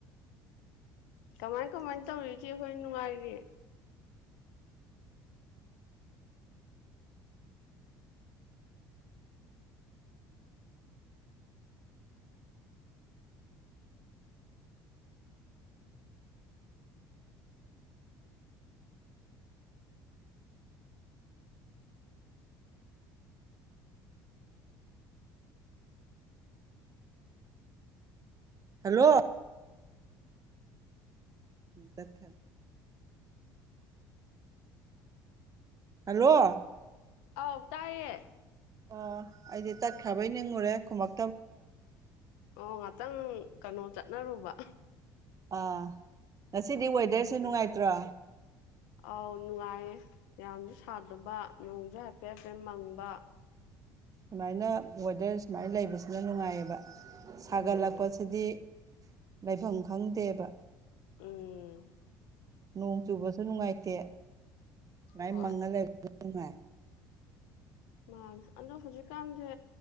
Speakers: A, on the left; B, on the right.
A: ꯀꯃꯥꯏꯅ ꯀꯃꯥꯏꯅ ꯇꯧꯔꯤꯁꯤꯦ ꯍꯣꯏ ꯅꯨꯡꯉꯥꯏꯔꯤꯦ
B: ꯍꯜꯂꯣ ꯎ ꯆ ꯈ ꯍꯜꯂꯣ
A: ꯑꯥꯎ ꯇꯥꯏꯌꯦ
B: ꯑꯣ ꯑꯩꯗꯤ ꯇꯠꯈ꯭ꯔꯕꯩ ꯅꯤꯡꯉꯨꯔꯦ ꯈꯃꯞ
A: ꯑ ꯑꯣ ꯉꯥꯛꯇꯪ ꯀꯩꯅꯣ ꯆꯠꯅꯔꯨꯕ
B: ꯑꯥ ꯉꯁꯤꯗꯤ ꯋꯦꯗꯔꯁꯨ ꯅꯨꯡꯉꯥꯏꯇ꯭ꯔꯣ
A: ꯑꯥꯎ ꯅꯨꯡꯉꯥꯏꯌꯦ ꯌꯥꯝ ꯊꯥꯗꯕ ꯅꯣꯡꯁꯨ ꯍꯥꯏꯐꯦꯠ ꯍꯥꯏꯐꯦꯠ ꯃꯪꯕ
B: ꯁꯃꯥꯏꯅ ꯋꯦꯗꯔ ꯁꯨꯃꯥꯏꯅ ꯂꯩꯕꯁꯤꯅ ꯅꯨꯡꯉꯥꯏꯌꯦꯕ ꯁꯥꯒꯠꯂꯛꯄꯁꯤꯗꯤ
A: ꯎꯝ
B: ꯂꯩꯐꯝ ꯈꯪꯗꯦꯕ
A: ꯎꯝ
B: ꯅꯣꯡ ꯆꯨꯕꯁꯨ ꯅꯨꯡꯉꯥꯏꯇꯦ ꯁꯨꯃꯥꯏ
A: ꯍꯣꯏ
B: ꯃꯪꯉ ꯂꯩꯕꯁꯨ ꯅꯨꯡꯉꯥꯏ
A: ꯃꯥꯅꯦ ꯑꯗꯣ ꯍꯧꯖꯤꯛꯀꯥꯟꯁꯦ